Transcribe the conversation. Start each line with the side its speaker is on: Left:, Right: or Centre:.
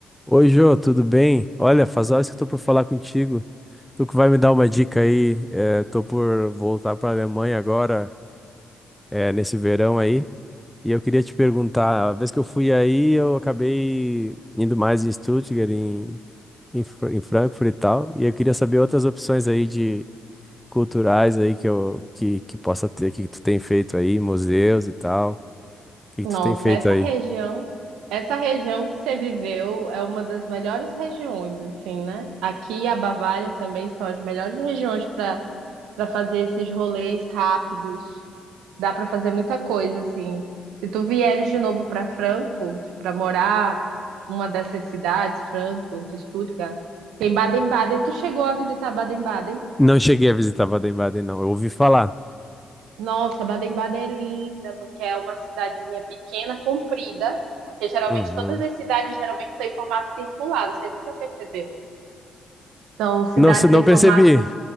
Centre: Oi, Jô, tudo bem? Olha, faz horas que eu tô por falar contigo. Tu que vai me dar uma dica aí. É, tô por voltar para Alemanha agora, é, nesse verão aí. E eu queria te perguntar, a vez que eu fui aí, eu acabei indo mais em Stuttgart, em, em, Fra- em Frankfurt e tal. E eu queria saber outras opções aí de culturais aí que eu que, que possa ter, que tu tem feito aí, museus e tal. O que
Right: Nossa,
Centre: que tu tem feito
Right: essa
Centre: aí?
Right: região, essa região que você viveu é uma das melhores regiões, assim, né? Aqui a Bavária também são as melhores regiões para para fazer esses rolês rápidos. Dá para fazer muita coisa, assim. Se tu vieres de novo para Frankfurt, para morar uma dessas cidades, Frankfurt, Stuttgart, tem Baden-Baden. Tu chegou a visitar Baden-Baden?
Centre: Não cheguei a visitar Baden-Baden, não. Eu ouvi falar.
Right: Nossa, Baden-Baden é linda, porque é uma cidadezinha pequena, comprida, porque geralmente
Centre: Uhum.
Right: todas as cidades geralmente estão em formato circular, não sei se você já percebeu. São cidades
Centre: Não, se- não
Right: em formatos
Centre: percebi.